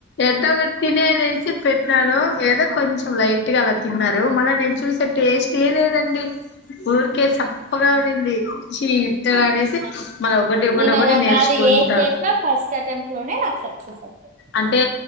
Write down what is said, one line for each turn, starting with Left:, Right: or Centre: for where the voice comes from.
Left: ఎట్టొ గట్ట తినేయ్ అనేసి పెట్టినాను. ఏదో కొంచెం లైట్ గా అలా తిన్నారు మళ్ళ నేను చూసే టేస్ట్ ఏ లేదండి! ఊరికే సప్పగా ఉండింది. చీ ఇట్టగా అనేసి మళ్ళ ఒకటి ఒకటి
Right: నేను
Left: ఒకటి
Right: అలా
Left: నేర్చుకుంటాను
Right: కాదు ఏది చేసినా, ఫస్ట్ అటెంప్ట్ లోనే నాకు సక్సెస్ అయితది.
Left: అంటే